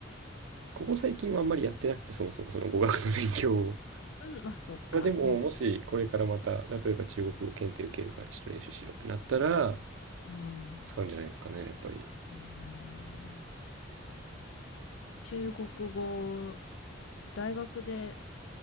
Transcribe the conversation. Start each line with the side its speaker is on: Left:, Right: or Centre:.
Right: ここ最近はあんまりやってなくて、そもそもその語学の勉強を。
Left: うん、あ、そっか。
Right: まあでも、
Left: うん。
Right: もしこれからまた、例えば中国語検定受けるからちょっと練習しようってなったら、
Left: うん。
Right: 使うんじゃないですかね、やっぱり。
Left: ねえ中国語、大学で